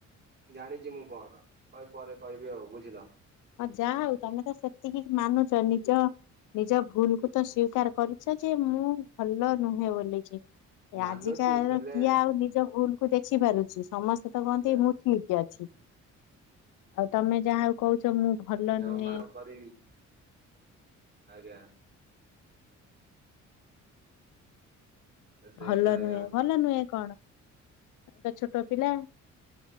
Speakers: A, on the right; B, on the left.
A: ଜାଣିଚି ମୁଁ କଣ କହିବି ପରେ କହିବି ଆଉ ବୁଝିଲ।
B: ଯାହା ହୋଉ ତମେ ତ ସେତିକି ମାନୁଚ ନିଜ ନିଜ ଭୁଲ୍ କୁ ତ ସ୍ଵୀକାର କରିଚ ଯେ ମୁଁ ଭଲ ନୁହେଁ ବୋଲିକି।
A: ମାନୁଛି
B: ଆଜିକା
A: ହେଲେ
B: କିଏ ଆଉ ନିଜ ଭୁଲ୍ କୁ ଦେଖି ପାରୁଛି ସମସ୍ତେ ତ କୁହନ୍ତି
A: ଆଜ୍ଞା।
B: ମୁଁ ଠିକ୍ ଅଛି। ଆଉ ତମେ ଯାହାହୋଉ କହୁଛ ମୁଁ ଭଲ
A: ଆଉ
B: ନୁହେଁ।
A: କଣ କରିବି ଆଜ୍ଞା। ତ ସେଇଟା
B: ଭଲ
A: ଆଜ୍ଞା
B: ନୁହେଁ
A: ମୁଁ
B: ଭଲ
A: ତ
B: ନୁହେଁ କଣ ଛୋଟ ଛୋଟ ପିଲା।